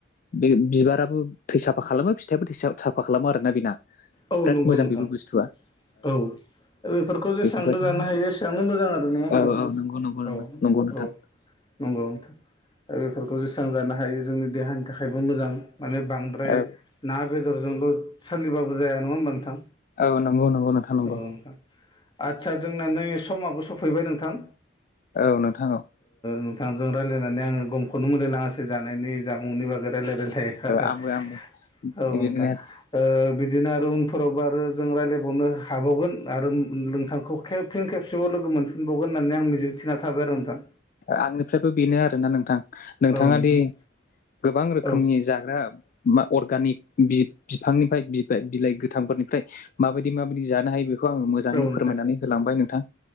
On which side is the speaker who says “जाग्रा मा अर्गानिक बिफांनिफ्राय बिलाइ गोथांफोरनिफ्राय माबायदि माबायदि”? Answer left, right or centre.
Left